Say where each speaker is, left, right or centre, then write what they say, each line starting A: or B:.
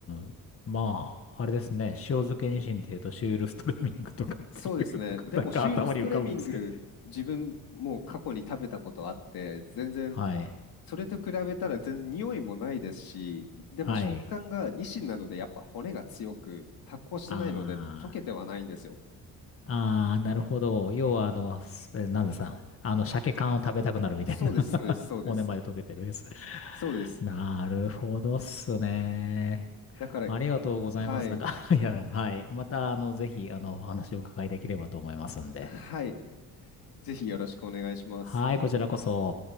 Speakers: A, on the left; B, on the left.
A: ん。まあ、あれですね。塩漬けニシンっていうと、シュールストレミングとかっていうのが、
B: そうですね、でもシュールストレミング、
A: なんか <laughs> 頭に浮かぶんですけど。
B: 自分もう過去に食べたことあって、全然
A: はい。
B: それと比べたら全然匂いもないですし、でも食感がニシンなのでやっぱ骨が強く発酵してないので溶けてはないんですよ。
A: はい。あー。あー、なるほど。要は、あの、すえなんださ、あの、鮭缶を食べたくなるみたいな。
B: そうです、
A: <laughs>
B: そうです、そうです。
A: 骨まで溶けてるやつ。
B: そうです。
A: なるほどっすね。
B: だから、
A: ありがとうございます。
B: はい、
A: なんか <laughs>、いや、はい。また、あの、ぜひ、あの、お話をお伺いできればと思いますんで。
B: はい、ぜひよろしくお願いします。
A: はい、こちらこそ。